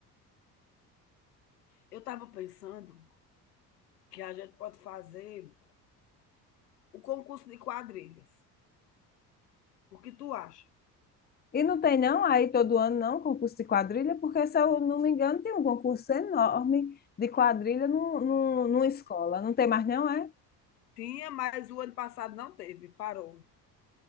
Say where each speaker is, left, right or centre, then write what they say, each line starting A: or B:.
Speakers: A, on the left; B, on the left.
A: Eu estava pensando que a gente pode fazer o concurso de quadrilhas. O que tu acha?
B: E não tem não aí todo ano não concurso de quadrilha, porque se eu não me engano tem um concurso enorme de quadrilha num, num, numa escola. Não tem mais não, é?
A: Tinha, mas o ano passado não teve, parou.